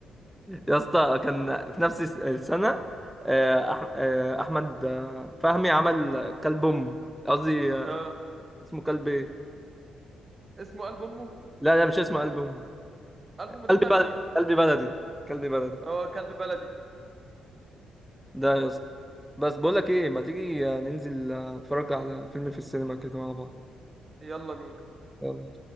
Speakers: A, in the centre; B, on the right.
A: يا اسطى كان في نفس الس- السنة آه، أح... آه، احمد آه، فهمي عمل كلب امه قصدي آه،
B: اه
A: اسمه كلب ايه
B: اسمه قلب امه
A: لا لا مش اسمه كلب امه
B: قلب
A: كلب
B: امه ده بتاع
A: بلدي
B: شيكو
A: كلب بلدي كلب بلدي
B: اه كلب بلدي
A: ده يا اسطى بس بقول لك ايه ما تيجي آه، ننزل آه، نتفرج على فيلم في السينما كده مع بعض
B: يلا بينا
A: يلا